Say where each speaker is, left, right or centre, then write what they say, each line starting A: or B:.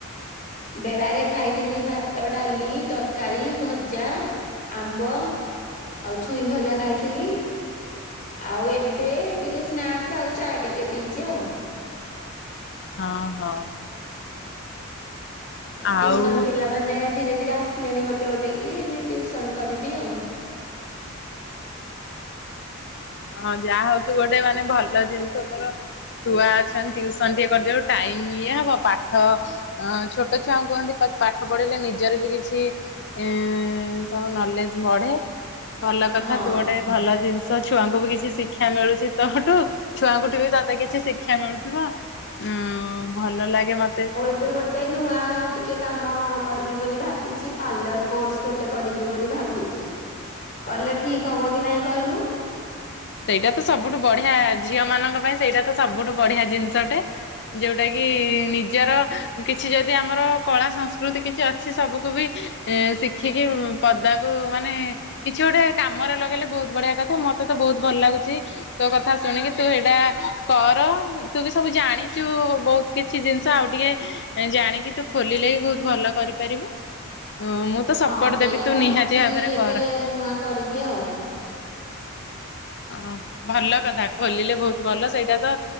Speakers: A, on the left; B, on the left.
A: ବେଳାରେ ଖାଇଥିଲି ଭାତ, ଡାଲି, ତରକାରୀ, ଭଜା ଆମ୍ବ ଆଉ ଛୁଇଁ ଭଜା ଖାଇଥିଲି। ଆଉ ଏବେ ଟିକେ ସ୍ନାକ୍ସ ଆଉ ଚା ଟିକେ ପିଇଛି ଆଉ।
B: ହଁ ହଁ।
A: ଟିଉସନ
B: ଆଉ
A: ପିଲାମାନେ ଧୀରେ ଧୀରେ ଆସିଲେଣି ଗୋଟେ ଗୋଟେ ହେଇକି ଟ୍ୟଉସନ କରିବି ଆଉ।
B: ହଁ ଯାହା ହଉ ତୁ ଗୋଟେ ମାନେ ଭଲ ଜିନିଷ ତୋର ଛୁଆ ଅଛନ୍ତି ଟିଉସନ ଟିକେ କରିଦେବାରୁ ଟାଇମ ଇଏ ହବ ପାଠ ଅ ଛୋଟ ଛୁଆଙ୍କୁ କୁହନ୍ତି ପା-ପାଠ ପଢିଲେ ନିଜର ବି କିଛି ଏ ସବୁ ନଲେଜ ବଢେ ଭଲ କଥା
A: ହଁ।
B: ତୁ ଗୋଟେ ଭଲ ଜିନିଷ ଛୁଆଙ୍କୁ ବି କିଛି ଶିକ୍ଷା ମିଳୁଛି ତୋଠୁ ଛୁଆଙ୍କୁଠୁ ବି ତତେ କିଛି ଶିକ୍ଷା ମିଳୁଥିବ। ଉଁ ଭଲ ଲାଗେ ମ
A: ଆଉ ଏବେ ଗୋ ଟେ ନୂଆ ଟିକେ କାମ କରିବି ବୋଲି ଭାବିଛି ପାର୍ଲର କୋର୍ସ ଗୋଟେ କରିବି ବୋଲି ଭାବୁ ଚି କଲେ ଠିକ ହବ କି ନାଇଁ କହିଲୁ?
B: ସେଇଟା ତ ସବୁଠୁ ବଢିଆ ଝିଅ ମାନଙ୍କ ପାଇଁ ସେଇଟା ତ ସବୁଠୁ ବଢିଆ ଜିନିଷଟେ। ଯୋଉଟା କିି ନିଜର କିଛି ଯଦି ଆମର କଳା ସଂସ୍କୃତି କିଛି ଅଛି ସବୁକୁ ବି ଏ ଶିଖିକି ପଦାକୁ ମାନେ କିଛି ଗୋଟେ କାମରେ ଲଗେଇଲେ ବହୁତ ବଢିଆ କଥା ମତେ ତ ବହୁତ ଭଲ ଲାଗୁଛି। ତୋ କଥା ଶୁଣିକି ତୁ ଏଇଟା କର ତୁ ବି ସବୁ ଜାଣିଛୁ ବହୁତ କିଛି ଜିନିଷ ଆଉ ଟିକେ ଜାଣିକି ତୁ ଖୋଲିଲେ ବି ବହୁତ ଭଲ କରିପାରିବୁ ମୁଁ ତ
A: ହଁ
B: ସପୋର୍ଟ
A: ସେଇଟା
B: ଦେବି ତୁ
A: ଭାବୁଚି
B: ନିହାତି ଭାବେରେ
A: ଏବେ
B: କର।
A: ନୂଆ କରିବି ଆଉ।
B: ହଁ ଭଲ କଥା ଖୋଲିଲେ ବହୁତ ଭଲ ସେଇଟା ତ